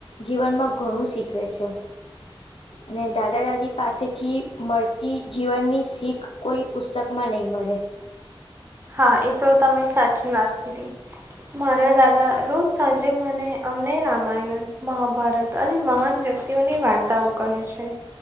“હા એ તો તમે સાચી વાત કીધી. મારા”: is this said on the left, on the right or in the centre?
Right